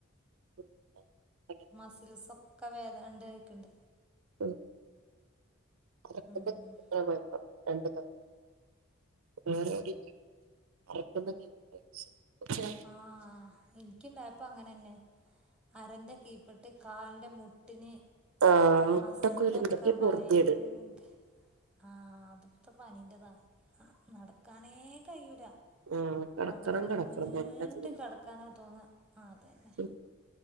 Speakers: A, on the right; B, in the centre.
A: <unintelligible>
B: മസിൽസൊക്കെ വേദനണ്ട് കേക്ക്ണ്ട്
A: ഉം <unintelligible>
B: ഉം,
A: <unintelligible> പക്ഷെ
B: ആഹ് ഇൻക്ക് ഇണ്ടായപ്പൊ അങ്ങനെന്നെ അരന്റെ കീപ്പെട്ട് കാലിന്റെ മുട്ടിന്
A: ആഹ് മുട്ടക്കുരു
B: മസിൽനൊക്കെ
A: എന്തൊക്കെ പൊറുതിയേട്
B: ബയങ്ക ആഹ് അതിപ്പത്തെ പനിന്റെതാണ് നട്ക്കാനേ കഴൂല
A: ആഹ് കടക്കണം
B: ഔടെ ഇങ്ങനെ
A: കടക്കണം
B: നീണ്ട്
A: നല്ല തോന്നുന്നു
B: കെട്ക്കാനാ തോന്നാ ആഹ് അതന്നെ
A: ഉം